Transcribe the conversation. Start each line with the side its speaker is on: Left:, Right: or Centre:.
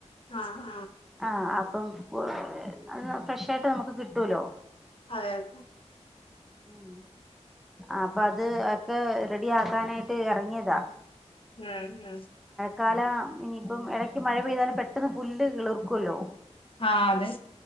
Left: ആ ആ
Centre: ആഹ് അപ്പം ഹ് ഫ്രഷായിട്ട് നമുക്ക് കിട്ടുലോ.
Left: അതെയതെ.
Centre: ഉം അപ്പ അത് ഒക്കെ റെഡി ആക്കാനായിട്ട് എറങ്ങിയതാ.
Left: ഉം ഉം
Centre: കാല ഇനിയിപ്പം ഇടയ്ക്ക് മഴ പെയ്താലും പെട്ടന്ന് പുല്ല് കിളിർക്കുല്ലോ
Left: ആ അതെ.